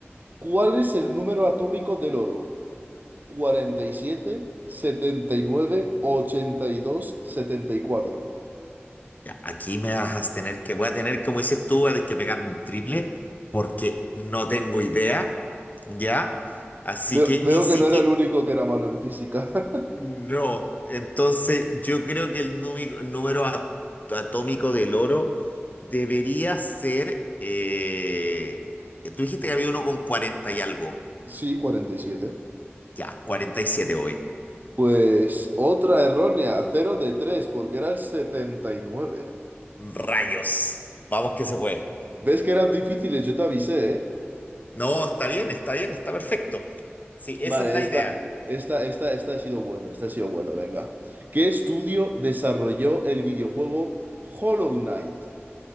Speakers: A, on the right (about 40°); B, on the left (about 40°).
A: ¿Cuál es el número atómico del oro? 47, 79, 82, 74.
B: Ya, Aquí me vas a tener que, voy a tener, como dices tú, voy a tener que pegarme un triple porque no tengo idea, ¿ya? Así
A: Veo,
B: que ni
A: veo
B: siquiera,
A: que no era el único que era malo en física. <laughs>
B: no. Entonces, yo creo que el número, número a- atómico del oro debería ser, eh, tú dijiste que había uno con 40 y algo,
A: Sí, 47.
B: ya, 47 hoy.
A: Pues otra errónea, cero de 3 porque era el setenta y nueve
B: Rayos, vamos que se puede.
A: ¿Ves que eran difíciles? Yo te avisé, ¿eh?
B: No, está bien, está bien, está perfecto. Sí,
A: Vale,
B: esa es la
A: esta,
B: idea.
A: esta, esta, esta ha sido bueno, esta ha sido bueno, venga. ¿Qué estudio desarrolló el videojuego Hollow Knight?